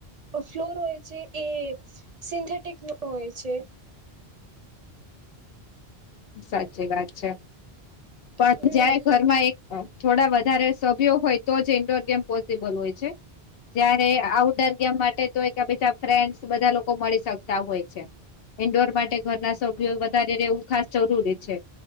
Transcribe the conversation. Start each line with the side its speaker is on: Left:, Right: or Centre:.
Right: ફ્લોર હોય છે એ સિન્થેટિક નો હોય છે
Left: સાચી વાત છે પણ
Right: હમ
Left: જાય ઘરમાં એક થોડા વધારે સભ્યો હોય તો જ ઇન્ડોર ગેમ પોસિબલ હોય છે જયારે આઉટડોર ગેમ માટે તો એક બીજા ફ્રેન્ડસ બધા લોકો મળી શકતા હોય છે ઈન્ડોર માટે ઘરના સભ્યો વધારે રેવું ખાસ જરી છે